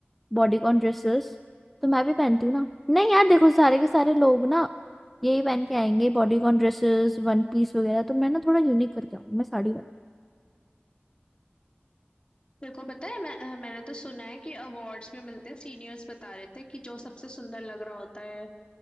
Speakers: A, in the centre; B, on the left.
A: बॉडीकॉन ड्रेसेस तो मैं भी पहनती हूँ ना नहीं यार देखो सारे के सारे लोग ना यही पहन के आएंगे बॉडीकॉन ड्रेसेस वन पीस वगैरह तो मैं ना थोड़ा यूनिक करके आऊँ मैं साड़ी पहन
B: तेरे को पता है मैं अ, मैंने तो सुना है कि अवार्ड्स भी मिलते हैं सीनियर्स बता रहे थे कि जो सबसे सुंदर लग रहा होता है